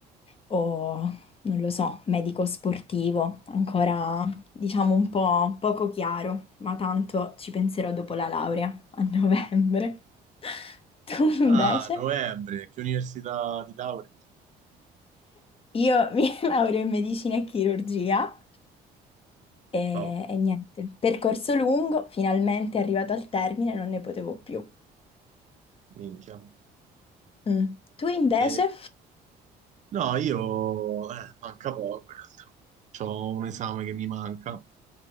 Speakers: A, on the left; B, on the right.
A: o non lo so, medico sportivo, ancora diciamo un po' poco chiaro, ma tanto ci penserò dopo la laurea a novembre. <laughs> Tu invece?
B: Ah, novembre, che università di laurea?
A: Io mi <laughs> laureo in medicina e chirurgia e,
B: Top,
A: e niente, percorso lungo, finalmente arrivato al termine, non ne potevo più.
B: minchia.
A: Mm. Tu invece?
B: E- no, io... eh, manca poco, in realtà. C'ho un esame che mi manca